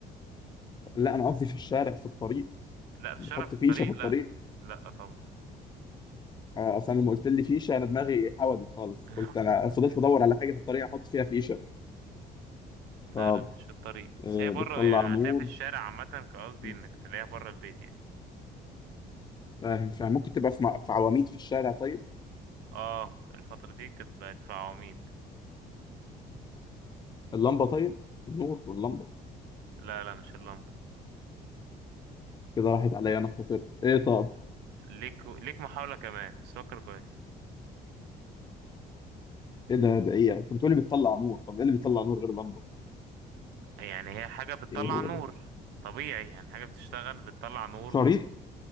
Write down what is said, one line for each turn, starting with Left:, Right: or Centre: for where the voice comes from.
Left: لا انا قصدي في الشارع في الطريق
Right: لا في
Left: بحط
Right: الشارع في الطريق
Left: فيشه في الطريق
Right: لا لا طبعا
Left: آه، اصلا لما قلت لي فيشه انا دماغي حودت خالص
Right: <laughs>
Left: قلت انا فضلت ادور على حاجه في الطريق احط فيها فيشه
Right: لا
Left: طب
Right: لا مش في الطريق بس
Left: آه،
Right: هي بره
Left: بتطلع
Right: يعني
Left: نور
Right: هتلاقيها في الشارع عامة كقصدي
Left: م.
Right: انك تلاقيها بره البيت يعني
Left: فاهم فاهم ممكن تبقى في م- في عواميد في الشارع طيب
Right: اه الفترة دي كانت بقت في عواميد
Left: اللمبه طيب النور واللمبه
Right: لا لا مش اللمبة
Left: كده راحت عليا انا خطير ايه طب
Right: ليك ليك محاولة كمان بس فكر كويس
Left: ايه ده ده ايه كنت بتقولي بتطلع نور طب ايه اللي بيطلع نور غير لمبه
Right: يعني هي حاجة بتطلع
Left: ايه هو
Right: نور
Left: ده
Right: طبيعي يعني حاجة بتشتغل بتطلع نور
Left: شريط
Right: مو-